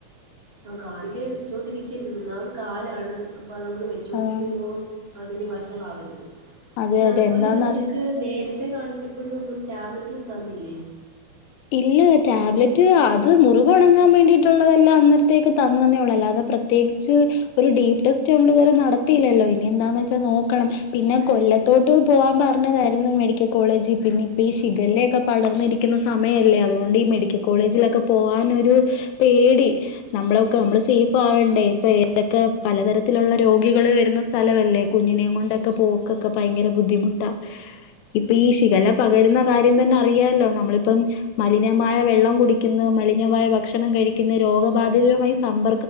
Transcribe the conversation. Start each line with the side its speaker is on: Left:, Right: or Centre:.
Right: ആ കാണിക്കേ വെച്ചോണ്ടിരിക്കരുത് ഒന്നാമത് കാലാണ് അപ്പൊ നമ്മള് വെച്ചോണ്ടിരിക്ക
Left: ആഹ്
Right: തോറും അതിന് വശളാവരുത്
Left: അതെ
Right: പിന്നെ
Left: അതെ
Right: അതുപോലെ
Left: എന്താന്നറി
Right: തന്നെ നിനക്ക് നേര ത്തെ കാണിച്ചപ്പോഴും ഒന്നും ടാബ്ലറ്റ് ഉണ്ടന്നില്ലേ
Left: ഇല്ല ടാബ്ലറ്റ് അത് മുറിവ് അടങ്ങാൻ വേണ്ടിട്ടുള്ളതെല്ലാം അന്നരത്തേക്ക് തന്നന്നേ ഉള്ളല്ല അത പ്രത്യേകിച്ച് ഒരു ഡീപ് ടെസ്റ്റ് നമ്മൾ ഇതുവരെ നടത്തില്ലല്ലോ ഇനി എന്താന്ന് വെച്ചാൽ നോക്കണം പിന്നെ എല്ലത്തോട്ട് പോവാാൻ പറഞ്ഞതായിരുന്നു മെഡിക്കൽ കോളേജ് പിന്നെ ഇപ്പ ഈ ശിഖലൊക്കെ പടർന്നിരിക്കുന്ന സമയല്ലേ അതുകൊണ്ട് ഈ മെഡിക്കൽ കോളേജിലൊക്കെ പോകാനൊരു പേടി നമ്മളൊക്കെ നമ്മൾ സേവ് ാവണ്ടേ ഇപ്പൊ ഇഏതൊക്കെ പലതരത്തിലുള്ള രോഗികൾ വരുന്ന സ്ഥലമല്ലേ കുഞ്ഞിനെയും കൊണ്ടൊക്കെ പോ തക്കെ ഭയങ്കര ബുദ്ധിമുട്ടാ ഇപ്പൊ ഈ ഷിഖല്ല പകരുന്ന കാര്യം തന്നെ അറിയാല്ലോ നമ്മളി ഇപ്പം മലിനമായ വെള്ളം കുടിക്കുന്ന മലിനമായ ഭക്ഷണം കഴിക്കുന്ന രോഗബാധിതരുമായി സമ്പ